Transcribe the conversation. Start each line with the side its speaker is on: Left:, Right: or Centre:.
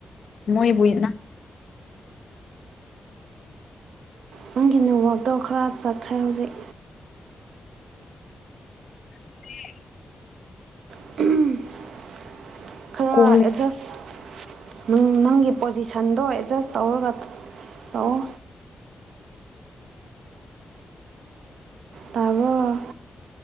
Left: ꯃꯣꯏꯕꯨ <unintelligible>
Right: ꯅꯪꯒꯤ ꯅꯦꯠꯋꯥꯛꯇꯣ ꯈꯔ ꯆꯠꯈ꯭ꯔꯦ ꯍꯧꯖꯤꯛ
Left: <unintelligible>
Right: <unintelligible> ꯈꯔ
Left: ꯀꯣꯜꯂꯤꯁꯦ
Right: ꯑꯦꯗꯖꯁ ꯅꯨꯡ ꯅꯪꯒꯤ ꯄꯣꯖꯤꯁꯟꯗꯣ ꯑꯦꯗꯖꯁ ꯇꯧꯔꯒ ꯇꯧꯑꯣ ꯇꯥꯕ꯭ꯔꯣ